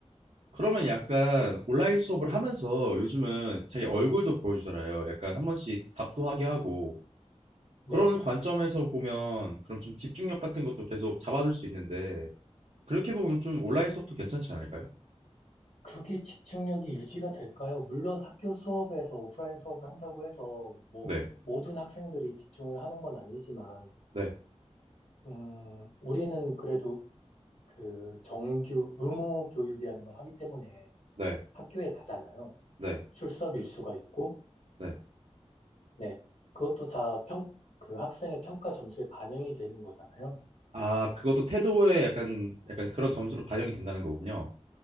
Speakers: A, on the right; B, on the left.
A: 그러면 약간 온라인 수업을 하면서 요즘은 자기 얼굴도 보여주잖아요. 약간 한 번씩 답도 하게 하고
B: 네,
A: 그런 관점에서 보면 그럼 좀 집중력 같은 것도 계속 잡아둘 수 있는데 그렇게 보면 좀 온라인 수업도 괜찮지 않을까요?
B: 그게 집중력이 유지가 될까요? 물론 학교 수업에서 오프라인 수업을 한다고 해서 뭐
A: 네,
B: 모든 학생들이 집중을 하는 건 아니지만,
A: 네,
B: 음, 우리는 그래도 그 정규 의무 교육이라는 걸 하기 때문에
A: 네,
B: 학교에 가잖아요.
A: 네,
B: 출석 일수가 있고,
A: 네.
B: 네. 그것도 다 평, 그 학생의 평가 점수에 반영이 되는 거잖아요.
A: 아, 그것도 태도에 약간 약간 그런 점수로 반영이 된다는 거군요.